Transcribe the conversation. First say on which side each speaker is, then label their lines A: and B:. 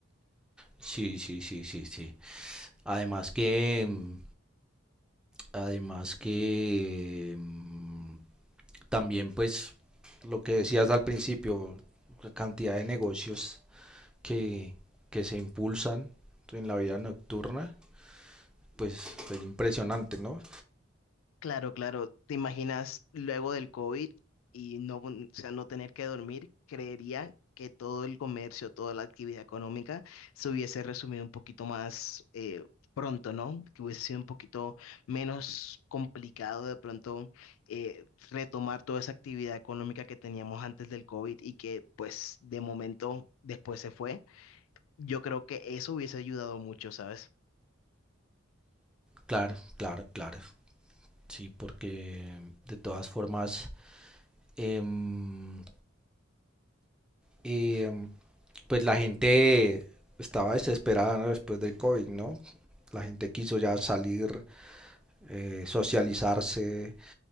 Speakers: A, in the centre; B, on the left.
A: Sí, sí, sí, sí, sí. Además que, mm, además que mm, también pues Lo que decías al principio, la cantidad de negocios que, que se impulsan en la vida nocturna, pues es impresionante, ¿no?
B: Claro, claro. ¿Te imaginas luego del COVID y no, o sea, no tener que dormir? Creería que todo el comercio, toda la actividad económica se hubiese resumido un poquito más eh, pronto, ¿no? Que hubiese sido un poquito menos complicado de pronto eh, retomar toda esa actividad económica que teníamos antes del COVID y que pues de momento después se fue. Yo creo que eso hubiese ayudado mucho, ¿sabes?
A: Claro, claro, claro. Sí, porque de todas formas, em, em, pues la gente estaba desesperada, ¿no? después del COVID, ¿no? La gente quiso ya salir, eh, socializarse,